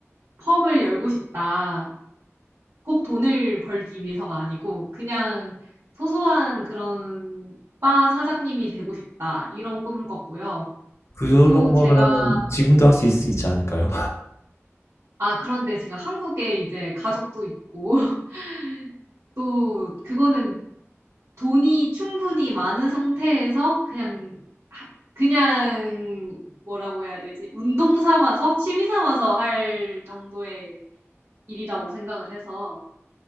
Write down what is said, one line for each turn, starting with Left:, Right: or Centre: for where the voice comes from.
Right: '펍을 열고 싶다.' 꼭 돈을 벌기 위해서가 아니고 그냥 '소소한 그런 바 사장님이 되고 싶다.' 이런 꿈을 꿨고요.
Left: 그런
Right: 또
Left: 거라면
Right: 제가
Left: 지금도 할 수 있지 않을까요?
Right: 아 그런데 제가 한국에 이제 가족도 있고 <laughs> 또 그거는 돈이 충분히 많은 상태에서 그냥 하 그냥 뭐라고 해야 되지? 운동 삼아서 취미 삼아서 할 정도의 일이라고 생각을 해서